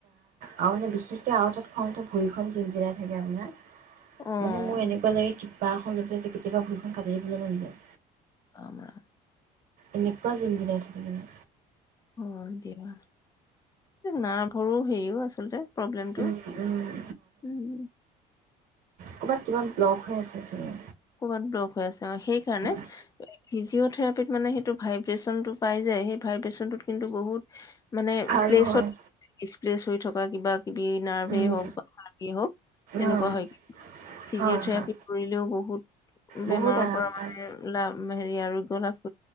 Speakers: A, on the right; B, on the left.
A: আও মানে বিশেষকে আও তাত খঙ উঠে ভৰিখন জিন জিলাই থাকে আপোনাৰ
B: অ'
A: মানে মোৰ এনেকুৱা লাগে কিব কিবা খন লৈ যে কেতিয়াবা ভূইখন কাটিদিবলে মন যায়।
B: আমাৰ।
A: এনে কোৱা জিনজিনাই থাকে মানে
B: উম দিয়া নাৰ্ভৰো হেৰিও আচলতে প্ৰব্লেমটো।
A: উম, উম,
B: উম।
A: ক'বাত কিবা লগ হৈ আছে চাগে
B: ক'ৰবাত ব্লক হৈ আছে আ সেইকাৰণে
A: হয়,
B: ফিজিঅ'থেৰাপিত মানে সেইটো ভাইব্ৰেচন টো পাই যে সেই ভাইব্ৰেচনটোত কিন্তু বহুত মানে
A: ভাল
B: প্লেছত
A: হয়।
B: ইচ প্লেছ হৈ থকা কিবা কিবি নাৰ্ভেই
A: উম,
B: হওক বা ভালেই হওক তেনেকুৱা
A: অ',
B: হয় কি ফিজিঅথেৰাপি
A: হয়, হয়
B: কৰিলেও বহুত। বহুত বেমাৰৰ
A: বহুত আৰাম
B: পৰা
A: পায়।
B: মানে লাভ হেৰি আৰু <unintelligible>